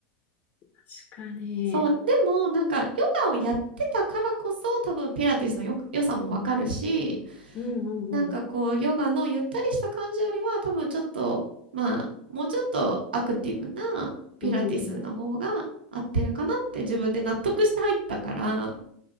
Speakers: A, on the left; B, on the right.
A: 確かに。
B: そう、でもなんかヨガをやってたからこそ多分ピラティスのよ、良さもわかるし、
A: うんうん
B: なんかこう、ヨガのゆったりした感じよりは、多分ちょっと、まあ、もうちょっとアクティブなピラティスの方が合ってるかなって自分で納得して入ったから、
A: うん。うん。